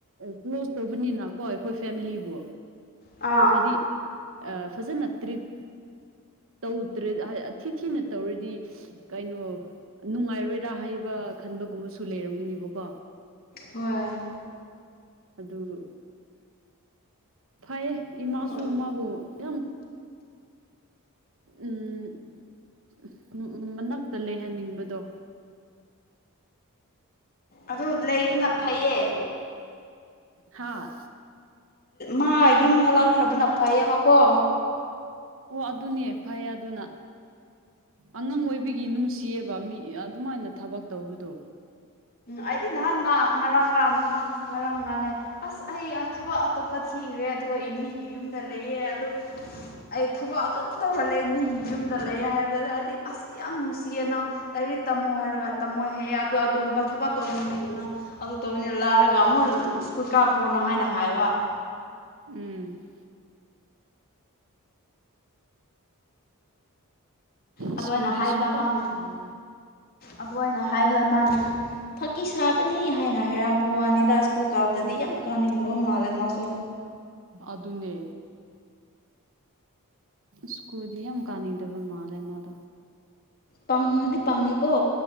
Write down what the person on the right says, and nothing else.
ꯀ꯭ꯂꯣꯖ ꯇꯧꯕꯅꯤꯅꯀꯣ ꯑꯩꯈꯣꯏ ꯐꯦꯃꯤꯂꯤꯕꯨ
ꯍꯥꯏꯗꯤ ꯐꯖꯅ ꯇ꯭ꯔꯤꯠ ꯇꯧꯗ꯭ꯔꯦ ꯊꯤ ꯊꯤꯅ ꯇꯧꯔꯗꯤ ꯀꯩꯅꯣ ꯅꯨꯡꯉꯥꯏꯔꯣꯏꯔꯥ ꯍꯥꯏꯕ ꯈꯟꯕꯒꯨꯝꯕꯁꯨ ꯂꯩꯔꯝꯒꯅꯦꯕꯀꯣ
ꯑꯗꯨ ꯎ ꯐꯩꯌꯦ ꯏꯃꯥꯁꯨ
ꯃꯥꯕꯨ ꯌꯥꯝ ꯎꯝ ꯃꯅꯥꯛꯇ ꯂꯩꯍꯟꯅꯤꯡꯕꯗꯣ
ꯍꯥꯥ
ꯑꯣ ꯑꯗꯨꯅꯦ ꯐꯩ ꯑꯗꯨꯅ ꯑꯉꯥꯡ ꯑꯣꯏꯕꯒꯤ ꯅꯨꯡꯁꯤꯌꯦꯕ ꯃꯤ ꯑꯗꯨꯃꯥꯏꯅ ꯊꯕꯛ ꯇꯧꯕꯗꯣ
ꯎꯝ
ꯁ꯭ꯀꯨꯜꯗꯤ
ꯁꯨꯡꯀꯥ
ꯀꯥꯕꯤꯔꯣꯏꯌꯦ
ꯑꯗꯨꯅꯦ ꯁꯀꯨꯜꯗꯤ ꯌꯥꯝ ꯀꯥꯅꯤꯡꯗꯕ ꯃꯥꯜꯂꯦ ꯃꯥꯗꯣ